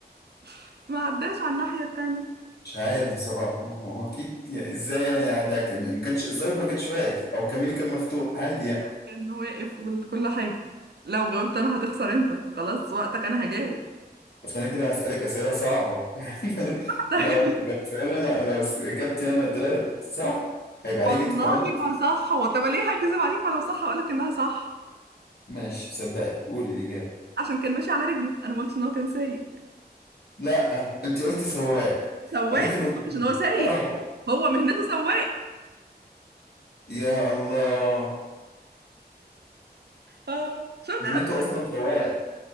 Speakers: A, on the right; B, on the left.
A: <laughs> ما عداش على الناحية التانية
B: مش عارف بصراحة ما هو أكيد يعني إزاي يعني أعدي على الكمين ما كانش الظابط ما كانش واقف أو الكمين كان مفتوح عادي
A: لا
B: يعني
A: كان واقف وكل حاجة لو جاوبت انا هتخسر انت خلاص وقتك انا هجاوب
B: بس أنا كده هسألك أسئلة صعبة <laughs> يعني
A: <laughs>
B: لو لو سؤال أنا لو إجابتي أنا طلعت صح هيبقى
A: والله
B: عليك أنت كمان
A: ما صح هو طب ليه هكذب عليك ما لو صح هقول لك انها صح
B: ماشي صدقك قولي الإجابة
A: عشان كان ماشي على رجله انا ما قلتش ان هو كان سايق
B: لا أنت قلتي سواق
A: سواق
B: عليك
A: ما
B: نقطة
A: قلتش ان هو سايق
B: أه.
A: هو مهنته سواق
B: يا الله
A: اه شفت
B: يعني
A: انا
B: انتوا اصلا سواق